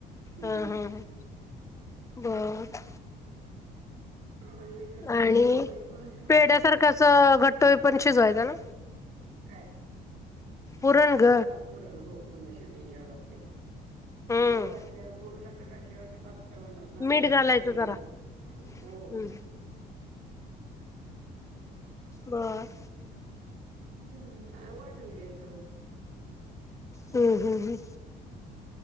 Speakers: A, on the right (about 80°); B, on the left (about 15°).
A: हम्.
B: हा हा ह बर
A: आणि एकत्र
B: आणि
A: करून पुरणपोळी
B: पेढ्यासारखाच
A: करायची.
B: घट्टोई पण शिजवायचा ना
A: काय
B: पुरण ग
A: हा पुरण हो शिजवून घ्यावं लागते.
B: हम्म
A: गुळ घातल्यावर गुळ साखर घातल्यावरती पातळ होणार ना मग
B: मीठ
A: त्याला
B: घालायचं
A: शिजवून
B: जरा
A: घ्यायच. हो.
B: हम्म बर.
A: हम्म वाटून घ्यायच.
B: हम्म हम्म हम्म